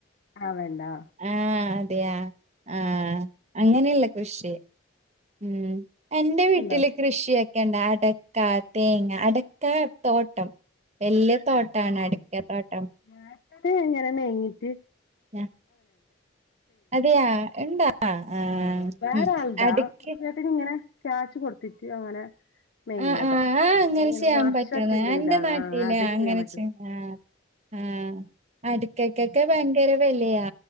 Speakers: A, on the left (about 55°); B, on the right (about 35°).
A: ആഹ് വെണ്ടാ
B: ആഹ് അതെയൊ ആഹ് അങ്ങനെയുള്ള കൃഷി ഉം എന്റെ വീട്ടില്
A: ഉണ്ടാക്കും
B: കൃഷിയെ ക്കണ്ട അടക്ക, തേങ്ങ, അടക്ക തോട്ടം വല്ല്യ തോട്ടാണ് അടക്കാ തോട്ടം
A: നേരത്തത് ഇങ്ങനന്നെ കയ്ഞ്ഞിട്ട്
B: ആഹ് അതെയാ ഇണ്ടോ? ആഹ്
A: ആ വേറെ ആൾതാ
B: അടക്കി
A: ചേട്ടന് ഇങ്ങനെ ക്യാശ് കൊടുത്തിട്ട് അങ്ങനെ മേങ്ങിനതാ
B: ആഹ് ആഹ് ആഹ് അഹ് എങ്ങനെ
A: അതിങ്ങനെ
B: ചെയ്യാൻ
A: വർഷത്തിന്റെയിലാണ്
B: പറ്റുന്നെ എന്റെ നാട്ടില്
A: ആ അത് ചെയ്യാൻ
B: അങ്ങനെ
A: പറ്റും
B: ചെയ്യ ആഹ് ആഹ് അട്ക്കക്കെക്കെ ഭയങ്കര വെലയാ